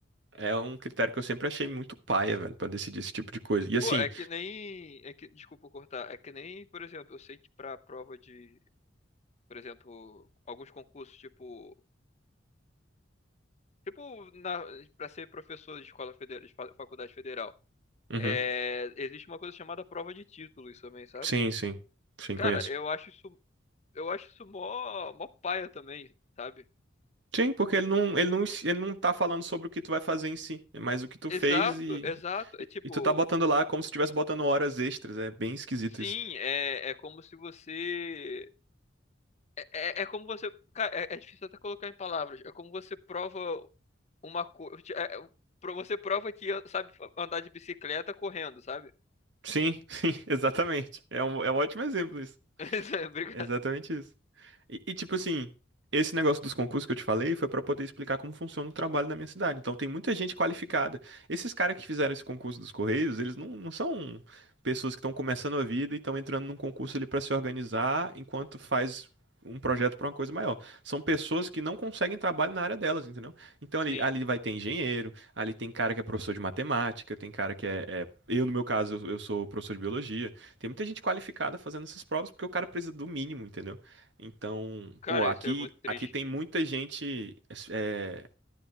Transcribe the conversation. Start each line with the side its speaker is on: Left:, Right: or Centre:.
Right: é um critério que eu sempre achei muito paia, velho, pra decidir esse tipo de coisa. E assim,
Left: Pô, é que nem. É que, desculpa cortar. É que nem, por exemplo, eu sei que pra prova de, por exemplo, alguns concursos, tipo. Tipo, na, pra ser professor de escola federal, de fa- faculdade federal.
Right: uhum,
Left: É, existe uma coisa chamada prova de títulos também, sabe?
Right: sim, sim, sim,
Left: Cara,
Right: conheço.
Left: eu acho isso. Eu acho isso mó, mó paia também, sabe?
Right: Sim, porque ele não, ele não, ele não tá falando sobre o que tu vai fazer em si, é mais o que tu
Left: Exato,
Right: fez e,
Left: exato.
Right: e,
Left: É tipo,
Right: e tu tá botando lá como se estivesse botando horas extras. É bem esquisito
Left: Sim,
Right: isso.
Left: é, é como se você. É, é, é como você. Cara, é, é difícil até colocar em palavras. É como você prova uma coisa. você prova que sabe andar de bicicleta correndo, sabe?
Right: Sim, <laughs> sim, exatamente. É um, é um ótimo exemplo isso.
Left: <laughs> Isso é- Obrigado.
Right: É exatamente isso. E, e, tipo assim, esse negócio dos concursos que eu te falei foi pra poder explicar como funciona o trabalho na minha cidade. Então tem muita gente qualificada. Esses caras que fizeram esse concurso dos Correios, eles não, não são pessoas que estão começando a vida e estão entrando num concurso ali pra se organizar enquanto faz um projeto pra uma coisa maior. São pessoas que não conseguem trabalho na área delas, entendeu? Então
Left: Sim.
Right: ali, ali vai ter engenheiro, ali tem cara que é professor de matemática, tem cara que é, é- eu, no meu caso, eu eu sou professor de biologia. Tem muita gente qualificada fazendo essas provas porque o cara precisa do mínimo, entendeu? Então,
Left: Cara,
Right: pô, aqui,
Left: isso é muito triste.
Right: aqui tem muita gente. é,